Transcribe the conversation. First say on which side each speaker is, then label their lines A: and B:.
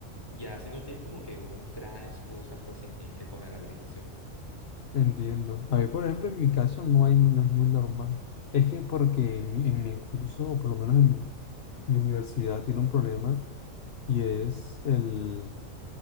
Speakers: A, on the left; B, on the left.
A: Ya si no tienes como que una gran excusa, pues si tienes que pagar la habilitación.
B: Entiendo. A mí, por ejemplo, en mi caso no hay, no es muy normal. Es que porque en mi, en mi curso, o por lo menos en mi, mi universidad, tiene un problema y es el,